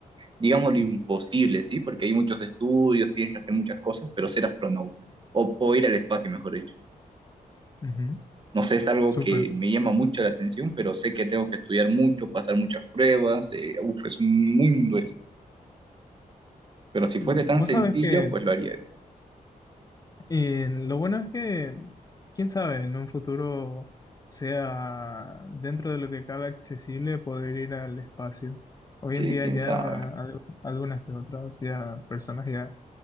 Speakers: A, on the right; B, on the left.
A: digamos, lo imposible, ¿sí? Porque hay muchos estudios, tienes que hacer muchas cosas, pero ser astronauta o, o ir al espacio, mejor dicho.
B: Ujú,
A: No sé, es algo
B: Súper.
A: que me llama mucho la atención, pero sé que tengo que estudiar mucho, pasar muchas pruebas. eh, uf, es un mundo eso. Pero si fuese
B: Mm,
A: tan
B: Vos
A: sencillo,
B: sabés que
A: pues lo haría eso.
B: Y lo bueno es que, quién sabe, en un futuro sea dentro de lo que cabe accesible poder ir al espacio. Hoy
A: Sí,
B: en día
A: quién
B: ya
A: sabe.
B: al- algunas que otras ya personas ya,